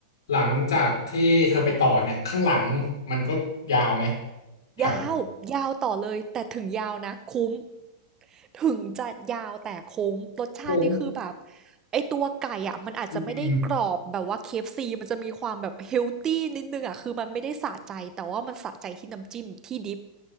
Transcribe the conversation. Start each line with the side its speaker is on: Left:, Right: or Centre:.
Left: หลังจากที่เธอไปต่อเนี่ยข้างหลังมันก็ยาวไหมแถว
Right: ยาวยาวต่อเลยแต่ถึงยาวนะคุ้มถึงจะยาวแต่คุ้มรสชาตินี่คือแบบ
Left: โค้ง
Right: ไอตัวไก่อ่ะมันอาจจะไม่ได้กรอบแบบว่า
Left: อืม
Right: KFC มันจะมีความแบบเฮลตี้นิดนึงอ่ะคือมันไม่ได้สะใจแต่ว่ามันสะใจที่น้ำจิ้มที่ดิป